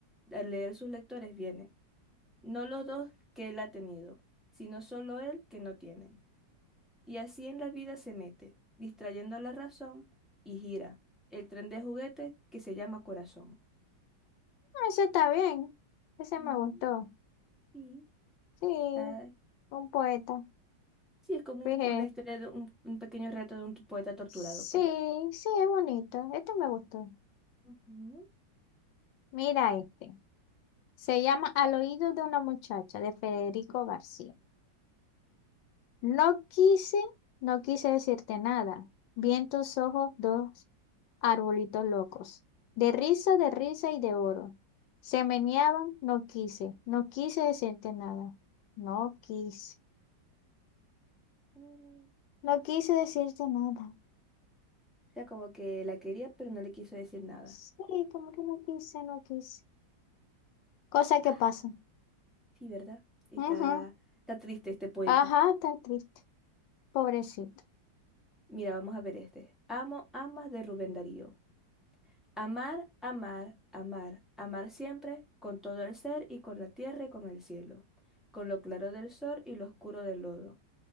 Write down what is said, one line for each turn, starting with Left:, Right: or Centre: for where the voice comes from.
Centre: al leer sus lectores vienen, no los dos que él ha tenido, sino solo él que no tienen. Y así en la vida se mete, distrayendo la razón y gira el tren de juguete que se llama corazón.
Left: Ah, Eso está bien. Ese
Centre: Mm,
Left: me gustó.
Centre: Y
Left: Sí.
Centre: ah,
Left: Un poeta.
Centre: sí, es como
Left: Dije,
Centre: un- una historia de un, un pequeño reto de un poeta torturado,
Left: sí,
Centre: pues.
Left: sí, es bonito. Este me gustó.
Centre: Ujú.
Left: Mira este. Se llama Al oído de una muchacha de Federico García. No quise, no quise decirte nada. Vi en tus ojos dos arbolitos locos, de risa, de risa y de oro. Se meneaban, no quise, no quise decirte nada. No quise,
Centre: Mm.
Left: no quise decirte nada.
Centre: O sea, como que la quería, pero no le quiso decir nada.
Left: Sí, como que no quise, no quise. Cosa que
Centre: Ah,
Left: pasa.
Centre: Sí, ¿verdad? Está,
Left: Ujú.
Centre: está triste este poeta.
Left: Ajá, está triste, pobrecito.
Centre: Mira, vamos a ver este. Amo, amas de Rubén Darío. Amar, amar, amar, amar siempre, con todo el ser y con la tierra y con el cielo, con lo claro del sol y lo oscuro del lodo.